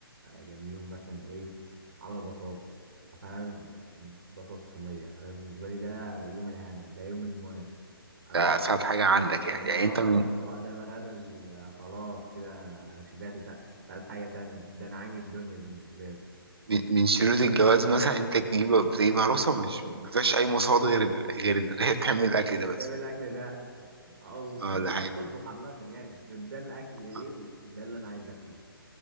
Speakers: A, on the right; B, on the right.
A: جنبيهم مثلا ايه عامله بطاطس فانا بطاطس صينيه انا بالنسبه لي ده يوم الهنا ده يوم المنى اكل
B: ده اسهل حاجه عندك يعني,
A: ده
B: يعني
A: اه
B: انت من
A: اه ده الغدا ال- خلاص كده انا أنا شبعت مش ع- مش عايز حاجه تانية ده نعيم الدنيا بالنسبه لي
B: من من شروط الجواز مثلا انت تجيب تجيب عروسه مش مفيهاش اي مواصفات غير ال- غير اللي هي <laughs> بتعمل الاكل ده بس
A: جاب الاكل ده او وتكون
B: اه ده
A: بتعرف
B: حاجه
A: تطبخ عامه يعني بس ده الاكل ايه
B: آه.
A: ال- ده اللي انا عايز اكله